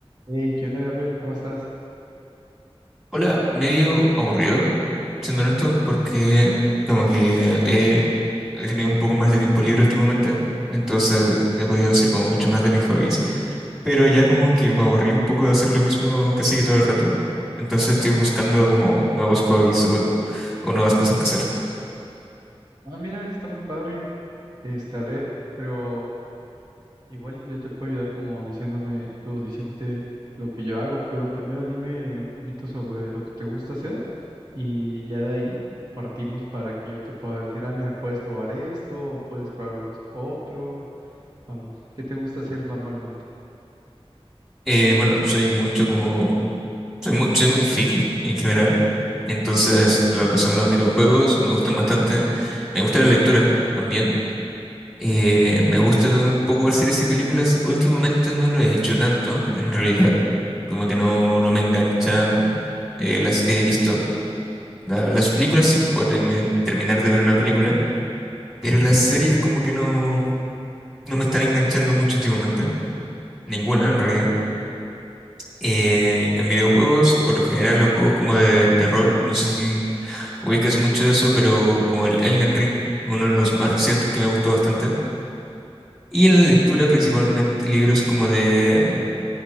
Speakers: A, on the right (about 40°); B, in the centre.
A: Hey, ¿qué onda, Gabriel? ¿Cómo estás?
B: Hola, medio aburrido, siendo honesto, porque como que he he tenido un poco más de tiempo libre últimamente, entonces he podido hacer como mucho más de mis hobbies, pero ya como que me aburrí un poco de hacer lo mismo casi que todo el rato, entonces estoy buscando como nuevos hobbies o, o nuevas cosas que hacer.
A: Ah, mira, eso está muy padre. Este, a ver, pero igual y yo te puedo ayudar como diciéndome o diciéndote lo que yo hago, pero primero dime un poquito sobre lo que te gusta hacer y ya de ahí partimos para que yo te pueda decir, ah, mira, puedes probar esto o puedes probar los otros. Vamos, ¿qué te gusta hacer normalmente?
B: Eh, bueno, soy mucho como, soy muy, soy muy friki en general, entonces lo que son los videojuegos me gustan bastante, me gusta la lectura también. Eh, me gusta un poco ver series y películas. Últimamente no lo he hecho tanto, en realidad. Como que no, no me enganchan eh, las que he visto. La- las películas sí puedo termi- terminar de ver una película, pero las series como que no, no me están enganchando mucho últimamente. Ninguna, en realidad. Eh, en videojuegos, por lo general, los juegos como de, de rol, no sé si ubicas mucho de eso, pero como el Elden Ring, uno de los más recientes que me gustó bastante. Y en la lectura principalmente libros como de